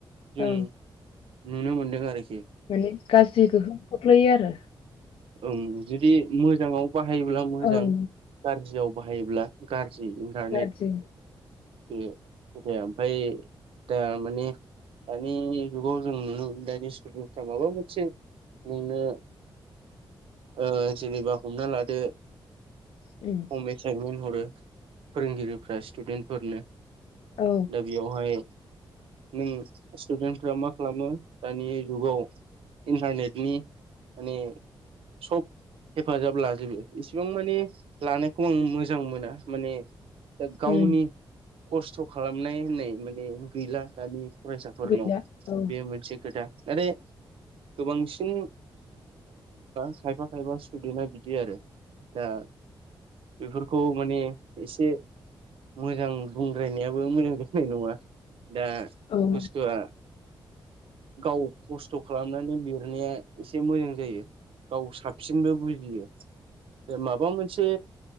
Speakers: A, on the right; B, on the left.
A: जों
B: औ।
A: नुनो मोनदों आरो
B: माने गाज्रि गोहोम खोख्लैयो आरो
A: ओं जुदि मोजाङाव। बाहायोब्ला मोजां
B: ओं
A: गाज्रियाव बाहायोब्ला गार जि इन्टारनेट
B: गाज्रि
A: बे खोथाया ओमफ्राय दा माने दानि जुगाव जों नुनो मोनो दानि स्कुलनिफ्रा माबा मोनसे नुनो ओ जेनेबा हमना लादो
B: उम
A: हम एसाइमेन्ठ हरो फोरोंगिरिफ्रा स्टुडेन्टफोरनो।
B: औ
A: दा बेयावहाय नों स्टुडेन्टफ्रा मा खालामो दानि जुगाव इन्टारनेटनि माने सब हेफाजाब लाजोबो इसिबां माने लानायखौ आं मोजां मोना माने दा गावनि
B: उम
A: खस्थ खालामनाय होननाय माने गैला दानि फरायसाफोरनाव
B: गैला औ
A: बेयो मोनसे खोथा। नाथाय गोबांसिन खायफा खायफा स्टुदेन्टआ बिदि आरो दा बेफोरखौ माने एसे मोजां बुंद्रायनायाबो मोजां नाय नङा दा
B: औ उम
A: बुस्थुआ गाव खस्थ खालामनानै लिरनाया एसे मोजां जायो। गाव साबसिनबो बुजियो दा माबा मोनसे